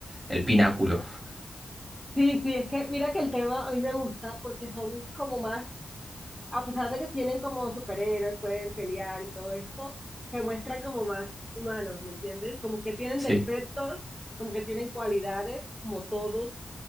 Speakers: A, on the right; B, in the centre.
A: el pináculo. <laughs>
B: sí, sí, es que mira que el tema a mí me gusta porque son como más a pesar de que tienen como superhéroes, pueden pelear y todo esto, se muestran como más humanos, ¿me entiendes? Como que tienen
A: Sí.
B: defectos, como que tienen cualidades, como todos